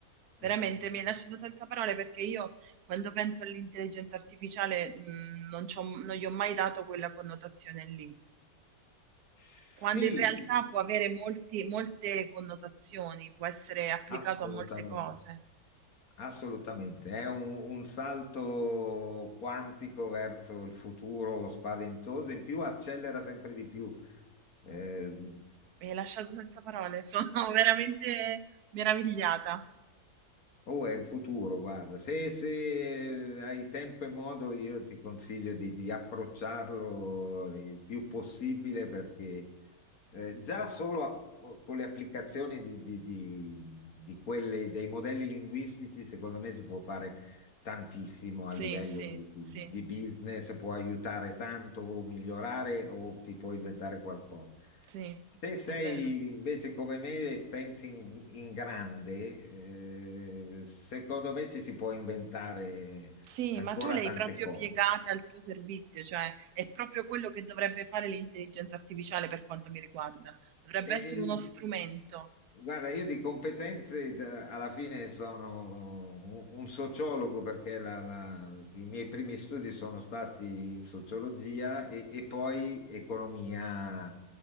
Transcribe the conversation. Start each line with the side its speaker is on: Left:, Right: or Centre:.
Right: Veramente
Left: <laughs> Eh,
Right: mi hai lasciato senza parole perché io quando penso all'intelligenza artificiale mh, non, c'ho- non gli ho mai dato quella connotazione lì,
Left: sì,
Right: quando in realtà
Left: sì,
Right: può avere molti- molte connotazioni, può essere applicato
Left: assolutamente,
Right: a molte cose.
Left: assolutamente. È un, un salto quantico verso il futuro spaventoso, in più accelera sempre di più. Eh,
Right: Mi hai lasciato senza parole, sono <laughs> veramente meravigliata.
Left: Oh, è il futuro, guarda, se, se hai tempo e modo io ti consiglio di, di approcciarlo il più possibile perché eh, già solo a- con le applicazioni di, di- di- di quelle, dei modelli linguistici, secondo me si può fare tantissimo a
Right: Sì,
Left: livello
Right: sì,
Left: di, di
Right: sì,
Left: di business, può aiutare tanto o migliorare o ti può inventare qualcosa.
Right: sì,
Left: Se sei
Right: è vero.
Left: invece come me e pensi in, in grande, eh, secondo me ci si può inventare
Right: Sì,
Left: ancora
Right: ma tu l'hai
Left: tante
Right: proprio
Left: cose.
Right: piegata al tuo servizio, cioè è proprio quello che dovrebbe fare l'intelligenza artificiale per quanto mi riguarda. Dovrebbe
Left: E,
Right: essere uno strumento.
Left: guarda, io di competenze da- alla fine sono un un sociologo perché la- la- i miei primi studi sono stati in sociologia e, e poi economia,